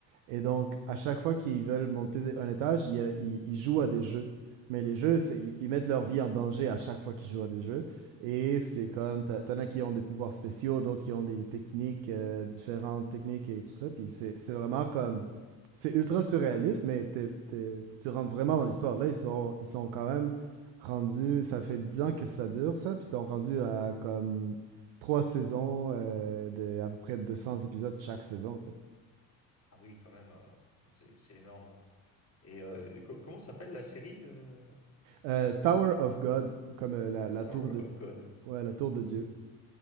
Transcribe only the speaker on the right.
Et donc, à chaque fois qu'ils veulent monter un étage, ils, ils- ils jouent à des jeux. Mais les jeux, c'est, ils, ils mettent leur vie en danger à chaque fois qu'ils jouent à des jeux. Et c'est comme, t'as- t'en as qui ont des pouvoirs spéciaux, d'autres qui ont des techniques, euh, différentes techniques et tout ça. Puis c'est, c'est vraiment comme, c'est ultra surréaliste, mais t'es- t'es- tu rentres vraiment dans l'histoire. Là, ils sont, ils sont quand même rendus, ça fait 10 ans que ça dure, ça. Puis ils sont rendus à comme trois saisons euh, de à peu près 200 épisodes chaque saison, tu sais.
Euh, Tower of God, comme euh, la, la
tour de...
Ouais, la tour de
Dieu.